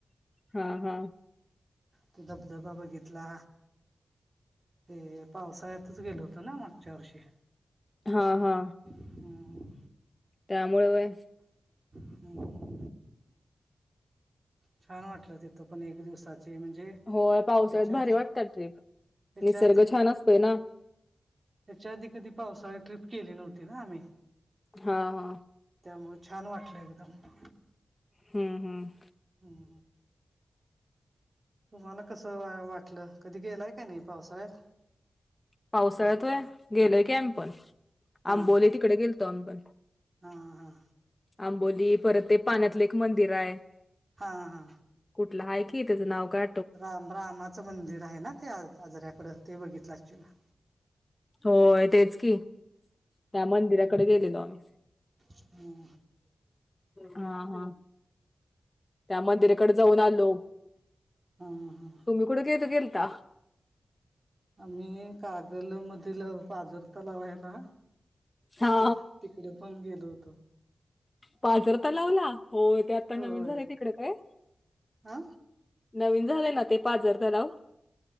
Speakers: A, on the left (about 20°); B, on the right (about 40°).
A: हा हा.
B: ते धबधबा बघितला ते पावसाळ्यातच गेलो. तोना मागच्या वर्षी
A: हा हा
B: हम्म,
A: त्यामुळ वय
B: हम् छान वाटलं तिथं पण एक दिवसाचे म्हणजे
A: हो पावसाळ्यात
B: ह्याच्या
A: भारी
B: आधी
A: वाटत्यात ट्रीप
B: ह्याच्या
A: निसर्ग छान असतय ना
B: त्याच्या आधी कधी पावसाळी ट्रिप केली नव्हती ना आम्ही
A: हा हा
B: त्यामुं छान वाटलं एकदम
A: हम् हम्
B: हम तुम्हाला कसं वाटलं कधी गेलाय का नाही पावसाळ्यात
A: पावसाळ्यातय गेलय
B: हां
A: कीम्पण
B: हां
A: आंबोली तिकडे गेलतो अंबण
B: हां
A: आंबोली परत ते पाण्यातलं एक मंदिर आहे
B: हा हा
A: कुठलं आहे की त्याचं नाव का
B: राम रामाचं मंदिर आहे ना ते आज साजऱ्याकड ते बघितलंला
A: होय तेच की त्या मंदिराकडे गेलेलो आम्ही
B: हम्म.
A: हा हा त्या मंदिराकडे जाऊन आलो
B: हा हा
A: <unintelligible> तु गेलता
B: आम्ही कागल मधील पाजर तलाव आहे ना
A: हा
B: ते तिकडे पण गेलो होतो
A: पाजरता लावला हो ते आता
B: होय
A: नवीन झाले तिकडे काय
B: हा
A: नवीन झालंय ना ते पाजर लाव